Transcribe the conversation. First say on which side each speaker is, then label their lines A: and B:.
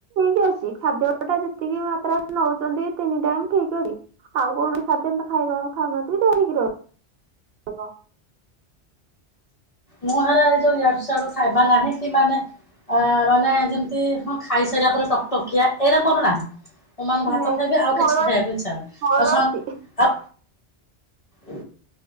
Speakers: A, on the right (about 70°); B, on the left (about 40°).
A: ସି ଖାଦ୍ୟ ଟା ଯେତିକି ମାତ୍ରାରେ ନେଉଛନ୍ତି, ତିନିଟା ଠିକ ଅଛି। ଆଉ କୌଣସି ଖାଦ୍ୟ ଖାଇବା ଆଉ। ଖାଉନାହାଁନ୍ତି ଦେହ ଠିକକ୍ ରହି ହବ।
B: ମୁଁ ହେରା ଯୋଉ ୟାଡୁ ସିଆଡୁ ଖାଇବା ନାହିଁ କି ମାନେ। ଅ ମାନେ ଯେମିତି ହଁ ଖାଇସାରିଲା ପରେ ଟକଟକିଆ ଏଇରା ମୋର ନାହିଁ। ମୁଁ ମାନେ ଭାତ
A: ନାଇଁ
B: ଖାଇବି ଆଉ
A: ମୋର
B: କିଛି ଖାଇବାକୁ ଇଛା ହବନି
A: ମୋର ଅଛି
B: ଆଉ ସ